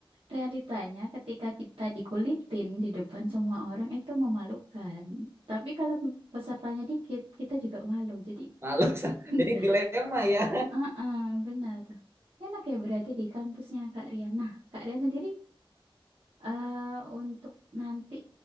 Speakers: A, on the right; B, on the right.
A: realitanya ketika kita dikulitin di depan semua orang itu memalukan. Tapi kalau pesertanya dikit, kita juga malu. Jadi
B: Malu. <laughs>
A: <laughs>
B: Jadi dilema ya.
A: Heeh, benar. Enak ya berarti di kampusnya Kak Rian. Nah, Kak Rian sendiri eh untuk nanti